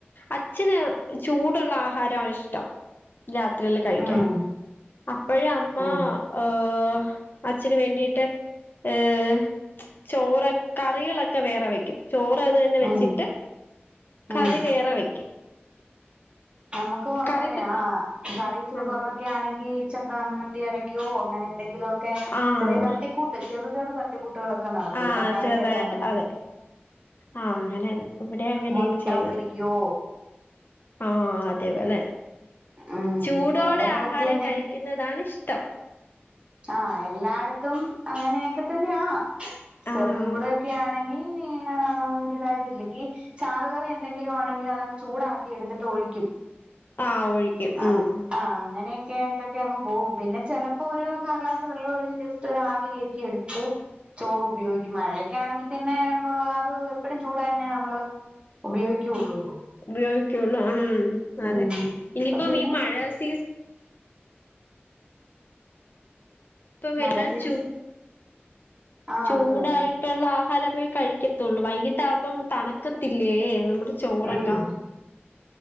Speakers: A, on the left; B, on the right.
A: അച്ഛന് ചൂടുള്ള ആഹാര ഇഷ്ടം രാത്രികള് കഴിക്കാൻ
B: ഉം
A: അപ്പോഴേ അമ്മ
B: ഉം
A: ഏഹ് അച്ഛന് വേണ്ടിട്ട് ഏഹ് ചോറ് കറികളൊക്കെ വേറെ വെക്കും ചോറ് അത് തന്നെ വെച്ചിട്ട്
B: ഉം
A: കറി
B: ഉം
A: വേറെ വെ
B: നമുക്കും അങ്ങനെയ
A: കറി ഇപ്പ
B: കറി ഇച്ചിരി
A: ആഹ്
B: കുറവൊക്കെ ആണെങ്കി <unintelligible> മ്മന്തി അരക്കോ അങ്ങനെ എന്തെങ്കിലൊക്കെ
A: ആഹ്
B: ചെറിയ തട്ടിക്കൂട്ട് ചെറു ചെറു ത <unintelligible> കുട്ടുകളൊക്കെ നടക്കും
A: ആഹ്
B: തക്കാളിക്കാ
A: ചെറുതായിട്ട്
B: ചമ്മന്തി
A: അതെ ആഹ് അങ്ങനെ ഇവിടെ അങ്ങനെയാണ്
B: മുട്ട
A: ശെയ്യുന്നത്
B: പൊരിക്കോ
A: ആഹ് അതേപോലെ
B: ഉം
A: ചൂടോടെ
B: എടനകത്തി
A: ആഹാരം
B: എന്തെങ്കി
A: കഴി ക്കുന്നതാണ് ഇഷ്ടം
B: ആഹ് എല്ലായിടത്തും അങ്ങനെയൊക്കെ തന്നെയാ ചെറു
A: ആഹ്
B: ചൂടൊക്കെ ആണെങ്കി ആഹ് ഒരു <unintelligible> ഇല്ലെങ്കിൽ ചാറുകറി എന്തെങ്കിലും ആണെങ്കിലും അതങ്ങ് ചൂടാക്കി എടുത്തിട്ട് ഒഴിക്കും
A: ആഹ് ഒഴിക്കും
B: ആ
A: ഉം
B: ആഹ് അങ്ങനെയൊക്കെ ആയിട്ടൊക്കെ അങ്ങ് പോകും പിന്നെ ചെലപ്പോ ഒരു <unintelligible> ക്ലാസ് വെള്ള ഒഴിച്ച് ജെസ്റ്റ് ഒരു ആവി കയറ്റി എടുത്തു ചോറ് ഉപയോഗിക്കും മഴയൊക്കെ ആണെങ്കി പിന്നെ അത് എപ്പഴും ചൂട്ന്നെയ നമ്മള് ഉപയോഗിക്കുള്ളുലോ
A: ഉപയോഗിക്കുള്ളൂ ഉം അതെ
B: ഉം ഇപ്പൊ
A: ഇനിപ്പം
B: പിന്നെ
A: ഈ മഴ സീസ ഇപ്പവെല്ലാം
B: മഴ സീസ്
A: ചു
B: ആഹ്
A: ചൂടായിട്ടോള്ള
B: അത് തന്നെ
A: ആഹാരമേ കഴിക്കത്തോള്ളൂ വൈകിട്ടാപ്പം തണുക്കത്തില്ലേ നമ്മ ചോറക്കാ
B: ഉം